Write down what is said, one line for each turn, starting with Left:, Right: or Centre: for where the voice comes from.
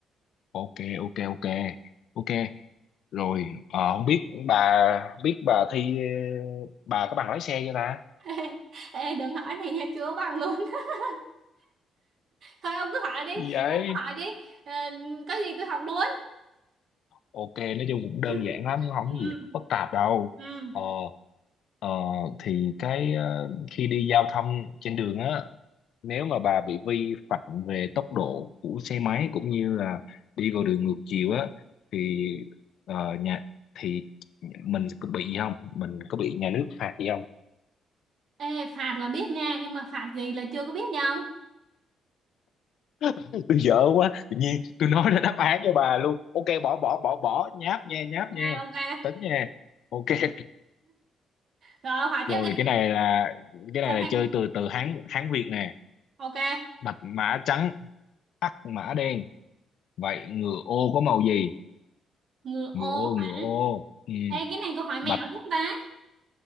Left: ok ok ok ok rồi ờ, không biết bà biết bà thi bà có bằng lái xe chưa ta
Right: <laughs> Ê, đừng hỏi này nha, chưa bằng luôn. <laughs> Thôi ông cứ hỏi đi,
Left: Gì vậy
Right: ông cứ hỏi đi. Ờ, có gì tôi học luôn.
Left: ok nói chung cũng đơn
Right: <laughs>
Left: giản lắm không
Right: Ừ.
Left: có gì phức tạp đâu
Right: Ừ.
Left: ờ Ờ, thì cái ờ, khi đi giao thông trên đường á nếu mà bà bị vi phạm về tốc độ của xe máy cũng như là đi vào đường ngược chiều á thì ờ, nhà thì mình có bị gì không mình có bị nhà nước phạt gì không
Right: Ê, phạt là biết nha, nhưng mà phạt gì là chưa có biết nha ông.
Left: <laughs> tôi dở quá tự nhiên tôi nói ra đáp án cho bà luôn ok bỏ bỏ bỏ bỏ nháp nha nháp
Right: Ok,
Left: nha
Right: ok.
Left: tính nha ok <laughs>
Right: Rồi ông hỏi
Left: rồi
Right: tiếp đi.
Left: cái này là cái
Right: Cho
Left: này là
Right: thêm.
Left: chơi từ từ Hán Hán Việt nè
Right: Ok.
Left: bạch mã trắng hắc mã đen Vậy ngựa ô có màu gì?
Right: Ngựa ô
Left: Ngựa ô,
Right: hả?
Left: ngựa ô. Ừ,
Right: Ê, cái này câu hỏi mẹo
Left: bạch,
Right: đúng không ta?